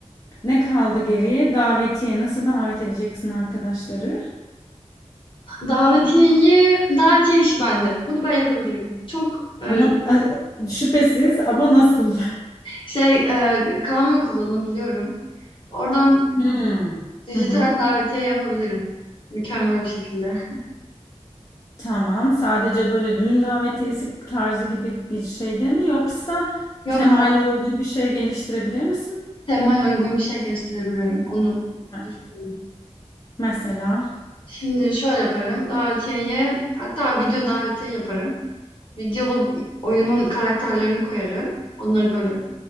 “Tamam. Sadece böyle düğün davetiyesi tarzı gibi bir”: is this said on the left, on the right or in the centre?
Left